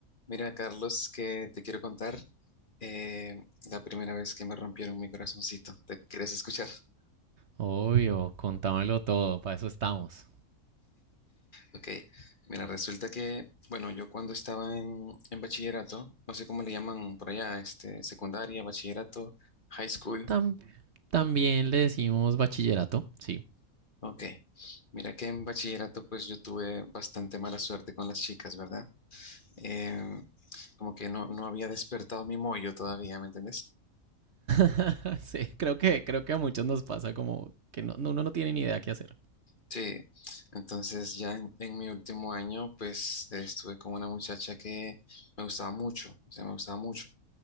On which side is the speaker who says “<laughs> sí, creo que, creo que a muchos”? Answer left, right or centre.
Right